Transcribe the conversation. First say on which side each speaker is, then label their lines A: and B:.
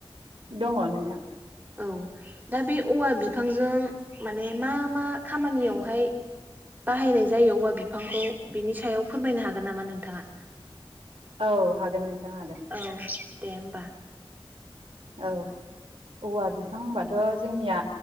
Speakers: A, on the right; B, on the right.
A: दङ नोंथां।
B: औ दा बे औवा बिफांजों माने मा मा खामानियावहाय बाहायनाय जायो औवा बिफांखौ बिनि सायाव फोरमायनो हागोन नामा नोंथाङा?
A: औ हागोन नोंथां हागोन
B: औ दे होमबा
A: औ औवा बिफां होनबाथ' जोंनिया